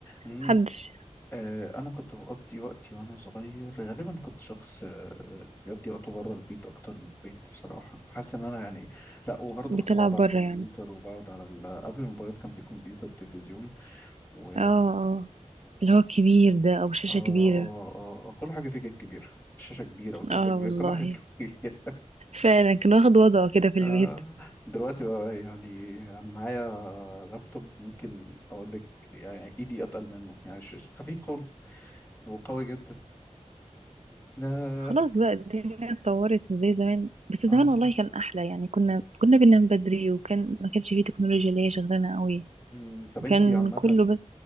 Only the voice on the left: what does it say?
امم
آه انا كنت بقضي وقتي وانا صغير غالبا كنت شخص آه بيقضي وقته بره البيت اكتر من البيت بصراحه فحاسس ان انا يعني لا وبرضه
كنت بقعد على
الكمبيوتر
وبقعد على ال... قبل الموبايلات كان في كمبيوتر تلفزيون و
اه اه
اه آه، كل حاجه فيه كانت كبيره شاشه كبيره وكيسه
كبيره
كل حاجه <laughs> كبيره
آه
دلوقتي بقى يعني انا معايا لابتوب ممكن اقول لك يعني ايدي اتقل منه يعني ش- ش- خفيف خالص وقوي جدا لا
اه
أمم، طب
انتي عامة